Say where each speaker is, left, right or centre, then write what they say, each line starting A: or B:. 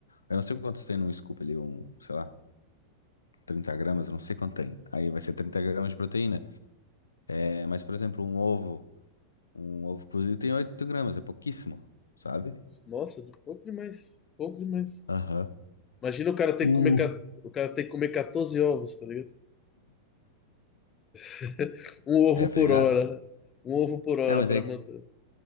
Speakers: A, on the left (about 75°); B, on the left (about 25°).
A: Eu não sei quantos tem num scoop ali, um, sei lá, 30 gramas, eu não sei quanto tem. Aí vai ser 30 gramas de proteína. É, mas, por exemplo, um ovo, um ovo cozido tem 8 gramas, é pouquíssimo, sabe?
B: Nossa, de- pouco demais. Pouco demais.
A: Aham.
B: Imagina o cara ter
A: Uh.
B: que comer. ca- O cara ter que comer 14 ovos, tá ligado? <laughs> Um ovo
A: É pegado?
B: por hora. Um ovo por hora
A: É, mas
B: pra
A: é.
B: manter.
A: que-